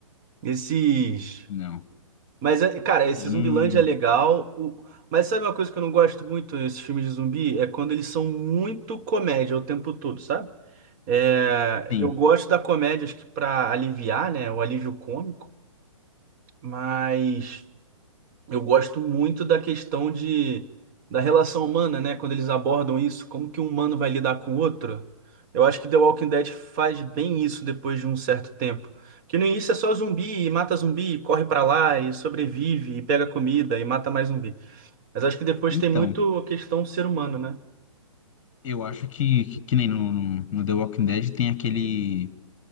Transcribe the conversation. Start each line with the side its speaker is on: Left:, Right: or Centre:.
Right: esses
Left: Não,
Right: Mas, é- cara, esse
Left: eu
Right: Zumbilândia
Left: não.
Right: é legal. O... Mas sabe uma coisa que eu não gosto muito nesses filmes de zumbi? É quando eles são muito comédia o tempo todo, sabe? É,
Left: Sim.
Right: Eu gosto da comédia, acho que pra aliviar, né? O alívio cômico. Mas. Eu gosto muito da questão de, da relação humana, né? Quando eles abordam isso, como que um humano vai lidar com o outro. Eu acho que The Walking Dead faz bem isso depois de um certo tempo. Que no início é só zumbi, e mata zumbi, e corre pra lá, e sobrevive, e pega comida, e mata mais zumbi. Mas acho que depois
Left: Então,
Right: tem muito a questão do ser humano, né?
Left: eu acho que, que, que nem no, no, no The Walking Dead tem aquele,